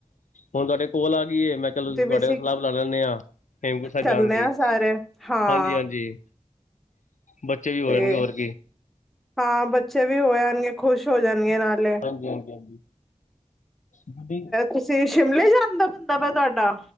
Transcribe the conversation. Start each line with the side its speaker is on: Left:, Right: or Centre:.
Left: ਹੁਣ ਤੁਹਾਡੇ ਕੋਲ ਆ ਗਈ ਮੈਂ ਕਲ
Centre: ਤੇ
Left: ਤੁਹਾਡੇ
Centre: ਵੀ ਅਸੀਂ
Left: ਨਾਲ ਸਲਾਹ ਬਣਾ ਲੈਂਦੇ ਹਾਂ ਹੇਮਕੁੰਟ ਸਾਹਿਬ
Centre: ਚੱਲਣੇ
Left: ਜਾਣ ਦੀ,
Centre: ਆ ਸਾਰੇ ਹਾਂ
Left: ਹਾਂਜੀ- ਹਾਂਜੀ ਬੱਚੇ ਵੀ ਹੋ
Centre: ਤੇ'
Left: ਜਾਣਗੇ ਹੋਰ ਕੀ
Centre: ਹਾਂ ਬੱਚੇ ਵੀ ਹੋ ਜਾਣਗੇ ਖੁਸ਼ ਹੋ ਜਾਣਗੇ ਨਾਲੇ
Left: ਹਾਂਜੀ - ਹਾਂਜੀ। ਨਹੀਂ
Centre: ਤੁਸੀਂ ਸ਼ਿਮਲੇ ਜਾਣ ਦਾ ਬੰਦਾ ਵੈ ਤੁਹਾਡਾ